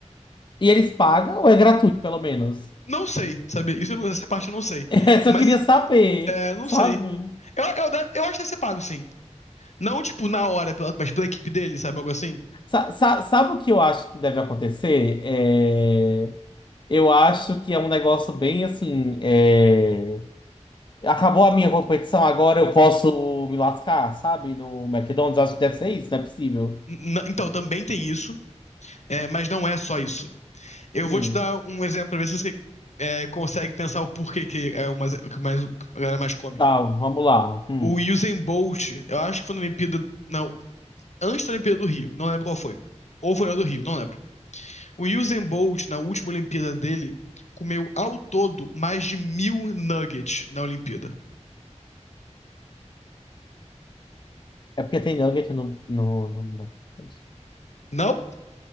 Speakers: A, on the left; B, on the left.
A: E eles pagam ou é gratuito, pelo menos?
B: Não sei, sabe? Isso, eu não- essa parte eu não sei.
A: <laughs> Essa
B: Mas,
A: eu queria saber,
B: é, não
A: sabe?
B: sei. Eu, eu, deve- eu acho que deve ser pago, sim. Não, tipo, na hora, pela- mas pela equipe dele, sabe? Algo assim.
A: Sa- sa- sabe o que eu acho que deve acontecer? É, Eu acho que é um negócio bem assim. é, Acabou a minha competição, agora eu posso me lascar, sabe? No McDonald's, acho que deve ser isso, não é possível.
B: N- n- então, também tem isso, é, mas não é só isso. Eu
A: Hum,
B: vou te dar um exemplo pra ver se você é, consegue pensar o porquê que é o mais, o que mais, a galera mais come.
A: Tá, vamos lá. Hum.
B: O Usain Bolt, eu acho que foi na Olimpíada. Não, antes da Olimpíada do Rio, não lembro qual foi. Ou foi na do Rio, não lembro. O Usain Bolt, na última Olimpíada dele, comeu ao todo mais de mil nuggets na Olimpíada.
A: É porque tem nugget no, no, no McDonald's.
B: Não,